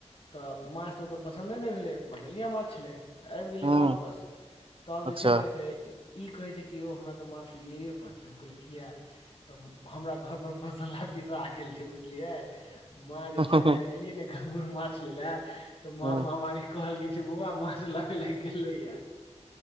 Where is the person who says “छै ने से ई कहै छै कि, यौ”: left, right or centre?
Left